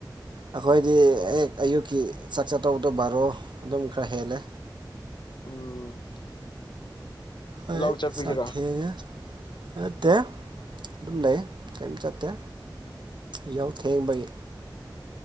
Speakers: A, on the right; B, on the left.
A: ꯑꯩꯈꯣꯏꯗꯤ ꯍꯦꯛ ꯑꯌꯨꯛꯀꯤ ꯆꯥꯛ ꯆꯥꯠꯇꯧꯕꯗꯣ ꯕꯥꯔꯣ ꯑꯗꯨꯝ ꯈꯔ ꯍꯦꯜꯂꯦ
B: ꯎꯝ
A: ꯍꯣꯏ
B: ꯂꯧ ꯆꯠꯄꯒꯤꯔꯣ
A: ꯆꯥꯛ ꯊꯦꯡꯉꯦ ꯅꯠꯇꯦ ꯑꯗꯨꯝ ꯂꯩ ꯀꯔꯤꯝ ꯆꯠꯇꯦ
B: ꯎꯝ
A: ꯌꯥꯎ ꯊꯦꯡꯕꯒꯤ